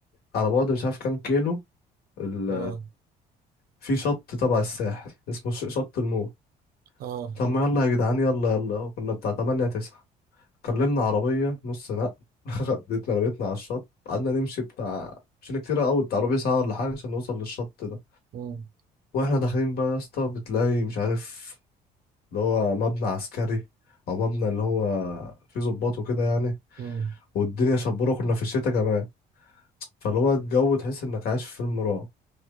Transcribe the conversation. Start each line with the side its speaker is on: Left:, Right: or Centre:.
Left: على بعد مش عارف كام كيلو ال...
Right: اه
Left: في شط تبع الساحل اسمه ش- شط الموت
Right: اه
Left: طب ما يلا يا جدعان يلا يلا كنا بتاع 8 9 كلمنا عربيه نص نقل <laughs> خدتنا رميتنا على الشط قعدنا نمشي بتاع مش كتير قوي بتاع ربع ساعه ولا حاجه عشان نوصل للشط ده.
Right: مم.
Left: واحنا داخلين بقى يا اسطى بتلاقي مش عارف اللي هو مبنى عسكري او مبنى اللي هو فيه ضباط وكده يعني
Right: مم.
Left: والدنيا شبورة كنا في الشتاء كمان فاللي هو الجو تحس انك عايش في فيلم رعب